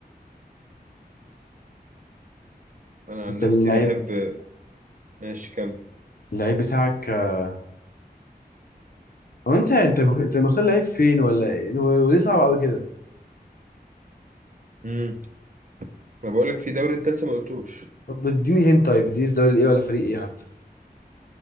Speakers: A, on the right; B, on the left.
A: أنا عن
B: انت
A: نفسي
B: اللعيب
A: بحب ماشي كمل
B: اللعيب بتاعك آه، هو انت انت مخ- انت مختار لعيب فين ولا ايه؟ هو- وليه صعب قوي كده
A: امم ما بقولك في دوري أنت لسه ما قلتوش
B: طب اديني هنت طيب اديني في دوري ايه ولا فريق ايه حتى